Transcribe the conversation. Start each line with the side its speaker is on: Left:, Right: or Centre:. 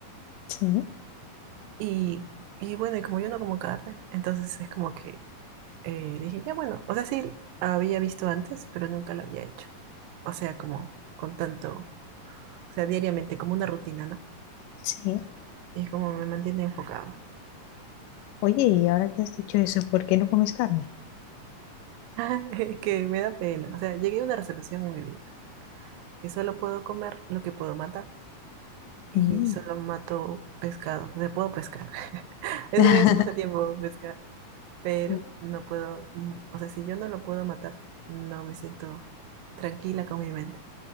Left: sí,
Right: Y, y bueno, y como yo no como carne, entonces es como que eh, dije, ya bueno, o sea, sí, había visto antes, pero nunca lo había hecho. O sea, como con tanto, o sea, diariamente, como una rutina, ¿no?
Left: sí.
Right: Y es como me mantiene enfocada.
Left: Oye, y ahora que has dicho eso, ¿por qué no comes carne?
Right: <laughs> Que me da pena. O sea, llegué a una resolución en mi vida, que solo puedo comer lo que puedo matar. y
Left: Mm.
Right: solo mato pescado. O sea, puedo pescar. <laughs> Eso
Left: <laughs>
Right: también es un pasatiempo pescar, pero
Left: Mm,
Right: no puedo, mm, o sea, si yo no lo puedo matar, no me siento tranquila con mi mente.